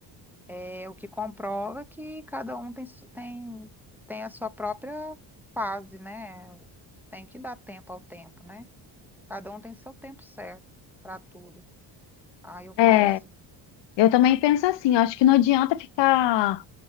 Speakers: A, in the centre; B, on the left.
A: é o que comprova que cada um tem, su- tem, tem a sua própria fase, né? Tem que dar tempo ao tempo, né? Cada um tem seu tempo certo para tudo. Aí eu penso
B: É,
A: assim,
B: eu também penso assim, eu acho que não adianta ficar